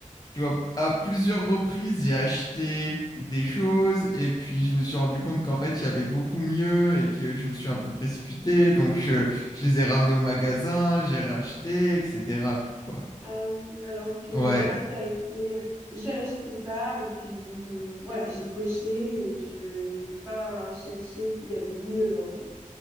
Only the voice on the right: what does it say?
Ah oui, alors que
moi, ça a été, euh, j'ai acheté ça et puis je me- voilà, j'ai coché et je j'ai pas cherché s'il y avait mieux en fait.